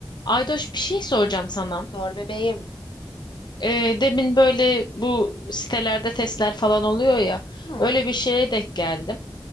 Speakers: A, on the left (about 65°); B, on the left (about 80°).
A: Aydoş bir şey soracağım sana.
B: Sor bebeğim.
A: Ee, demin böyle bu sitelerde testler falan oluyor ya.
B: Hı,
A: Öyle bir şeye denk geldim.